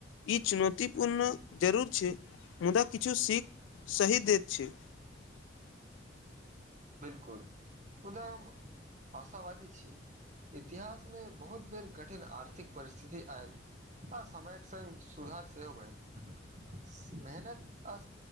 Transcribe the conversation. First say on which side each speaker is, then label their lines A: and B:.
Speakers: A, on the left (about 80°); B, on the right (about 40°).
A: ई चुनौतीपूर्ण जरूर छै मुदा किछु सीख सही दैत छै
B: बिलकुल मुदा हम आशा वादी छी इतिहास मे बहुत बेर कठिन आर्थिक परिस्थिति आयल ह समयके संग सुधार सेहो भेल मेहनत आ